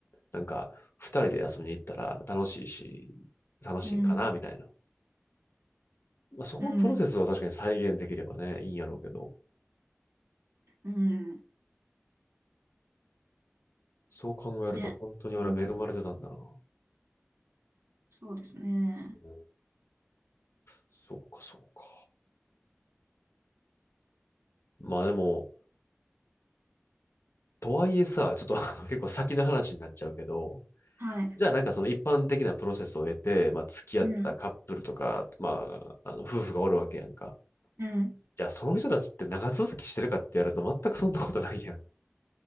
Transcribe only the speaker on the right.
うん、
うん、
うん、
ね、本当に、そうですね。
はい、
うん、
うん。